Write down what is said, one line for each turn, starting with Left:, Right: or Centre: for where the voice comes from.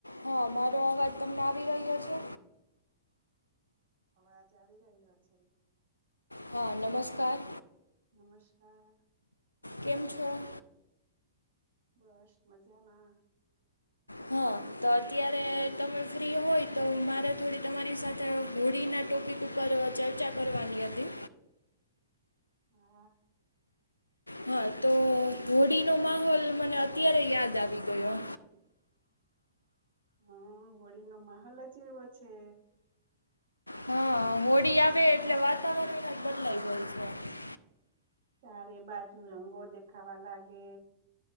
Left: હા મારો અવાજ તમને આવી રહ્યો છે.
Right: અવાજ આવી રહ્યો છે.
Left: હા નમસ્કાર.
Right: નમસ્કાર.
Left: કેમ છો?
Right: બસ મજામાં.
Left: હા તો અત્યારે તમે ફ્રી હોય તો મારે થોડી તમારી સાથે હોડીના ટોપિક ઉપર ચર્ચા કરવાની હતી.
Right: હા.
Left: હા તો હોળીનો માહોલ મને અત્યારે યાદ આવી ગયો.
Right: હમ હોળીનો માહોલ જ એવો છે.
Left: હા હોડી આવે એટલે વાતાવરણ જ બદલાઈ જાય છે.
Right: ચારે બાજુ રંગો દેખાવા લાગે